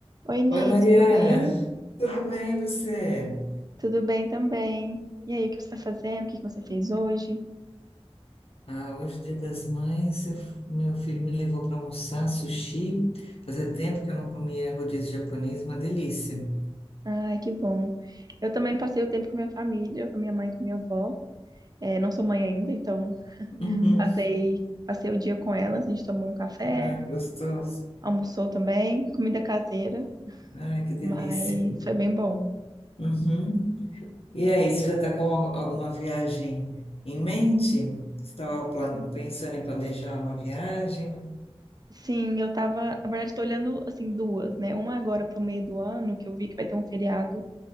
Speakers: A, on the right; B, on the left.
A: Oi, Ney,
B: Oi, Mariana,
A: tudo bem?
B: tudo bem e você?
A: Tudo bem também. E aí, o que você está fazendo? O que que você fez hoje?
B: Ah, hoje, Dia das Mães, eu- meu filho me levou para almoçar sushi. Fazia tempo que eu não comia rodízio japonês, uma delícia.
A: Ai, que bom. Eu também passei o tempo com minha família, com minha mãe, com minha avó. É, não sou mãe ainda, então
B: Uhum.
A: passei, passei o dia com elas. A gente tomou um café,
B: Ah, que gostoso.
A: almoçou também, comida caseira,
B: Ah, que delícia.
A: mas foi bem bom.
B: Uhum. E aí, você já está com al- alguma viagem em mente? Você estava plane- pensando em planejar uma viagem?
A: Sim, eu tava, na verdade, tô olhando assim duas, né? Uma agora pro meio do ano, que eu vi que vai ter um feriado